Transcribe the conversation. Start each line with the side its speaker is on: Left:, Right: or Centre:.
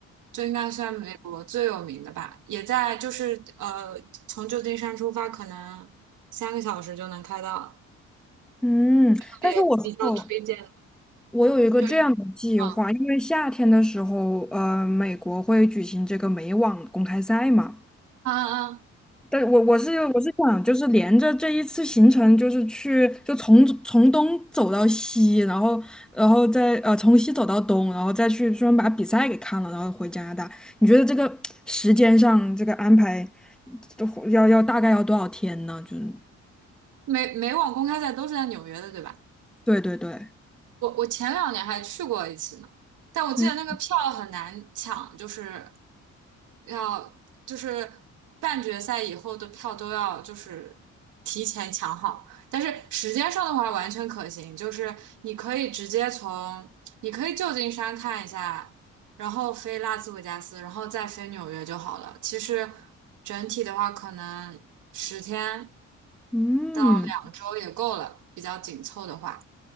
Right: 就应该算美国最有名的吧，也在就是呃从旧金山出发，可能三个小时就能开到。
Centre: 嗯，
Right: 也比较推荐。
Centre: 但是我哦，我有一个这样的计划，
Right: 就嗯啊
Centre: 因为夏天的时候，呃，美国会举行这个美网公开赛嘛。
Right: 啊，啊
Centre: 但我我是我是想，就是连着这一次行程，就是去就从从东走到西，然后然后再呃从西走到东，然后再去专门把比赛给看了，然后回加拿大。你觉得这个时间上这个安排，都要要大概要多少天呢？就是
Right: 美美网公开赛都是在纽约的，对吧？
Centre: 对对对，
Right: 我我前两年还去过一次呢，但我记得那个票很难抢，
Centre: 嗯
Right: 就是要就是半决赛以后的票都要就是提前抢好，但是时间上的话完全可行，就是你可以直接从你可以旧金山看一下，然后飞拉斯维加斯，然后再飞纽约就好了。其实整体的话，可能十天
Centre: 嗯
Right: 到两周也够了，比较紧凑的话。